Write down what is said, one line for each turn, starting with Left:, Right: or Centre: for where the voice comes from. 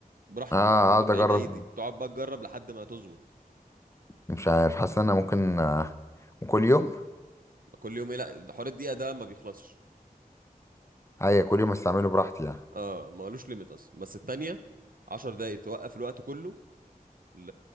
Right: براحتك
Left: اه
Right: انت ممكن
Left: اقعد
Right: تعيد
Left: اجرب
Right: اي دي تقعد بقى تجرب لحد ما تظبط
Left: مش عارف حاسس ان انا ممكن آه، وكل يوم
Right: كل يوم ايه لا ده حوار الدقيقه ده ما بيخلصش
Left: هي كل يوم استعمله براحتي يعني
Right: اه ما قالوش ليميت اصلا بس التانية 10 دقايق توقف الوقت كله ل...